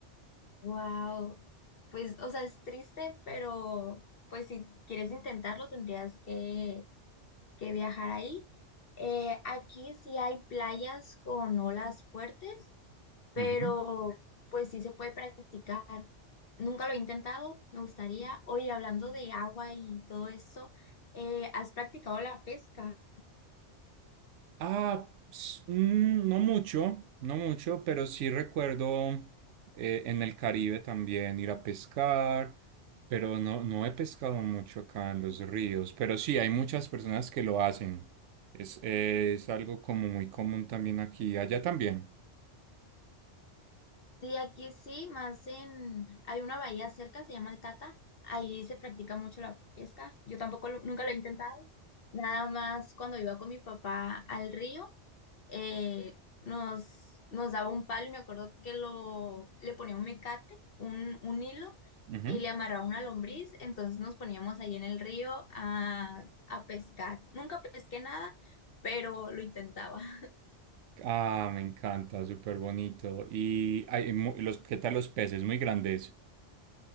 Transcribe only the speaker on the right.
Ujú.
Ah, s- mm, no mucho, no mucho, pero sí recuerdo eh, en el Caribe también ir a pescar, pero no, no he pescado mucho acá en los ríos, pero sí hay muchas personas que lo hacen. Es, es algo como muy común también aquí, allá también.
Ujú.
Ah, me encanta, súper bonito. Y hay mu- los, ¿qué tal los peces? Muy grandes.